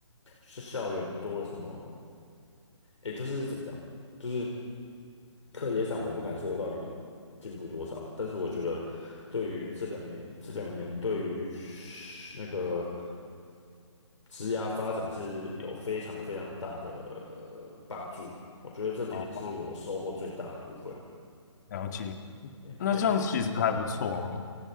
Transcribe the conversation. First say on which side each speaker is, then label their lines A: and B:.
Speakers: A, on the left (about 80°); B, on the left (about 35°).
A: 是校园多了什么，诶，就是怎么讲，就是课业上我不敢说到底进步多少，但是我觉得对于这两年这两年对于那个职涯发展是有非常非常大的呃帮助，我觉得这点是我收获最大的部分。
B: 好，了解。
A: 诶诶，
B: 那这样其实还不错哦，